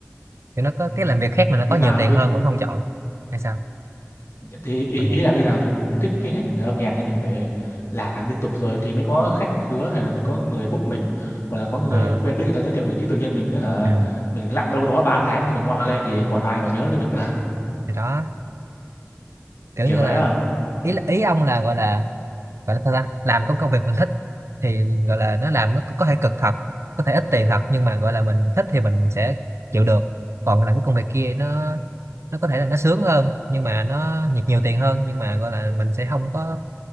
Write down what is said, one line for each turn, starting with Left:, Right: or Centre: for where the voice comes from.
Right: kiểu nó có
Left: ừm,
Right: cái làm việc khác mà nó
Left: bây
Right: có nhiều
Left: giờ
Right: tiền hơn vẫn không chọn hay sao
Left: thì ý,
Right: ờ
Left: ý là bây giờ mình thích cái ngành âm nhạc thì mình phải làm liên tục rồi thì mới có khách khứa hay là mình có người book mình hoặc là có người
Right: ờ,
Left: quen biết người ta giới thiệu mình chứ tự nhiên mình hả
Right: ừ.
Left: mình lặn đâu đó 3 tháng rồi mình ngoa lên thì còn ai mà nhớ tới mình nữa
Right: thì đó
Left: <laughs>
Right: kiểu
Left: kiểu
Right: như
Left: vậy
Right: là
Left: đó
Right: ý ý ông là gọi là gọi là sao ta làm có công việc mình thích thì gọi là nó làm nó có thể cực thật có thể ít tiền thật nhưng mà gọi là mình thích thì mình sẽ chịu được còn làm cái công việc kia nó nó có thể là nó sướng hơn nhưng mà nó nhiều nhiều tiền hơn nhưng mà gọi là mình sẽ không có